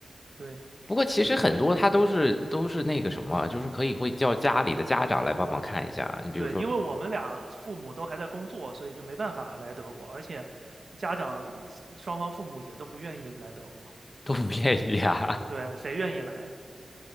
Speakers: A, on the right (about 60°); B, on the left (about 30°).
A: 对。
B: 不过其实很多他都是都是那个什么，就是可以会叫家里的家长来帮忙看一下。你比如说
A: 对，因为我们俩父母都还在工作，
B: <laughs>
A: 所以就没办法来德国，而且家长双方父母也都不愿意来德国。
B: 都不愿意啊，
A: 对，谁愿意来啊？